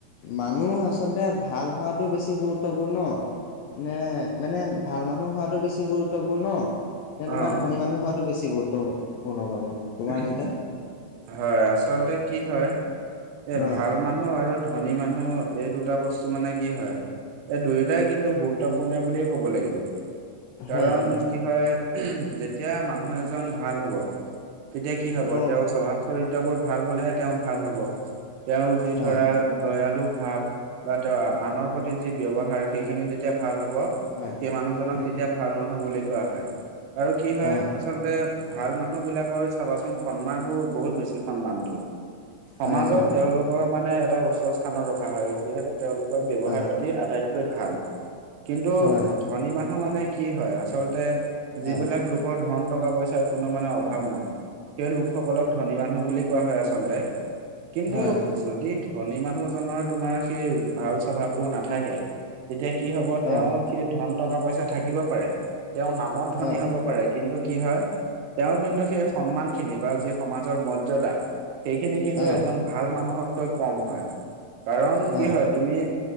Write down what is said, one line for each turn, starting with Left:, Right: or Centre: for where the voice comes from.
Left: মানুহ আচলতে ভাল হোৱাতো বেছি গুৰুত্বপূৰ্ণ নে মানে, ভাল মানুহ হোৱাতো বেছি গুৰুত্বপূৰ্ণ নে তোমাৰ
Right: অ',
Left: ধনী মানুহ হোৱাতো বেছি গুৰুত্বপূৰ্ণ বাৰু? তোমাৰ
Right: উমঁ।
Left: মতে?
Right: হয়, আচলতে কি হয়, এ
Left: অ',
Right: ভাল মান- নুহ আৰু ধনী মানুহ, এই দুটা বস্তু মানে কি হয়? এ দুয়োটাই কিন্তু গুৰুত্বপূৰ্ণে বুলিয়ে ক'ব লাগিব। কাৰণ
Left: হয় হয়,
Right: কি হয়, উমহো' যেতিয়া মানুহ এজন ভাল হ'ব। তেতিয়া কি হ'ব?
Left: অ',
Right: তেওঁৰ স্বভাৱ-চৰিত্ৰবোৰ ভাল হ'লেহে তেওঁ ভাল হ'ব। তেওঁ যি ধৰা-
Left: হয়।
Right: দয়ালু ভাৱ, বা তেওঁৰ আনৰ প্ৰতি যি ব্যৱহাৰ, সেইখিনি যেতিয়া ভাল হ'ব।
Left: হয়
Right: সেই মানুহজনক
Left: উম
Right: তেতিয়া ভাল মানুহ বুলি কোৱা হয়। আৰু কি হয়‌
Left: অ
Right: আ আচলতে ভাল মানুহবিলাকৰ চাবাচোন সন্মান বোৰ, বহুত বেছি সন্মানতো। সমাজত
Left: হয় হয়
Right: তেওঁলোকৰ মানে, এটা উচ্চ স্থানত ৰখা হয়। যিহেতু- তেওঁলোকৰ ব্যৱহাৰ
Left: অ
Right: পাতি আটাইতকৈ ভাল। কিন্তু-
Left: হয়
Right: ধনী মানুহ মানে কি হয়? আচলতে যিবিলাক
Left: অ
Right: লোক ৰ ধন, টকা-পইচাৰ কোনো মানে অভাৱ নাই। সেই লোকসকলক ধনী মানুহ বুলি কোৱা হয় আচলতে। কিন্তু
Left: হয়
Right: যদি,, ধনী মানুহজনৰ তোমাৰ সেই ভাল স্বভাৱবোৰ নাথাকে। তেতিয়া কি হ'ব
Left: অ
Right: তেওঁ- সেই ধন, টকা-পইচা থাকিব পাৰে। তেওঁ নামত ধনী
Left: অ
Right: হ'ব পাৰে, কিন্তু কি হয়,,, তেওঁ কিন্তু সেই সন্মান খিনি বা যি সমাজৰ মৰ্যদা, সেইখিনি
Left: হয়
Right: কিন্তু এজন ভাল মানুহতকৈ কম হয়। কাৰণ
Left: অ
Right: কি
Left: অ
Right: হয়। তুমি